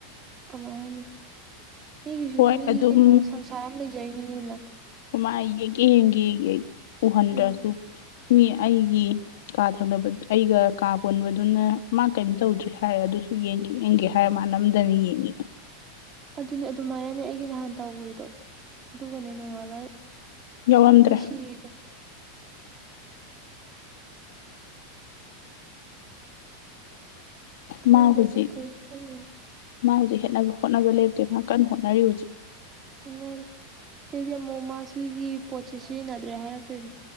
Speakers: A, on the right; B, on the left.
A: ꯀꯃꯥꯏ ꯍꯥꯏꯅꯤ ꯃꯤꯒꯤꯁꯨ
B: ꯍꯣꯏ
A: ꯃꯤꯒꯤ
B: ꯑꯗꯨꯝ
A: ꯀꯩꯅꯣ ꯁꯪꯁꯥꯔ ꯑꯃ ꯂꯩꯖꯔꯤꯅꯤꯡꯉꯤꯗꯅ
B: ꯃꯥꯏ ꯌꯦꯡꯒꯦ ꯌꯦꯡꯒꯦꯌꯦ ꯎꯍꯟꯗ꯭ꯔꯁꯨ
A: ꯎꯝ
B: ꯃꯤ ꯑꯩꯒꯤ ꯀꯥ ꯊꯪꯅꯕ ꯑꯩꯒ ꯀꯥ ꯄꯨꯟꯕꯗꯨꯅ ꯃꯥ ꯀꯩꯝ ꯇꯧꯗ꯭ꯔꯤ ꯍꯥꯏ ꯑꯗꯨꯁꯨ ꯌꯦꯡꯒꯦ ꯌꯦꯡꯒꯦ ꯍꯥꯏꯔ ꯃꯥꯟꯅ ꯅꯝꯗꯅ ꯌꯦꯡꯉꯤꯕ
A: ꯑꯗꯨꯅꯦ ꯑꯗꯨꯃꯥꯏꯅꯅꯦ ꯑꯩꯒꯤ ꯅꯍꯥꯟ ꯇꯧꯒ꯭ꯔꯤꯗꯣ ꯑꯗꯨꯒꯅꯦ ꯅꯣꯡꯉꯥꯜꯂ
B: ꯌꯥꯎꯔꯝꯗ꯭ꯔꯦ
A: ꯑꯩ ꯁꯤꯔꯤꯗꯨ ꯈꯪꯗꯦꯗ
B: ꯃꯥ ꯍꯨꯖꯤꯛ
A: ꯀꯩ ꯈꯜꯂꯤꯅꯣ
B: ꯃꯥ ꯍꯨꯖꯤꯛ ꯍꯦꯠꯅꯕ ꯍꯣꯠꯅꯕ ꯂꯦꯞꯇꯦ ꯃꯥ ꯀꯟꯅ ꯍꯣꯠꯅꯔꯤ ꯍꯨꯖꯤꯛ
A: ꯍꯣꯠꯅꯔꯤ ꯑꯗꯩꯗꯤ ꯑꯃꯨꯛ ꯃꯥ ꯁꯤꯒꯤ ꯄꯣꯠꯁꯤ ꯁꯤꯖꯤꯟꯅꯗ꯭ꯔꯦ ꯍꯥꯏꯔꯛꯇꯣꯏꯅꯤ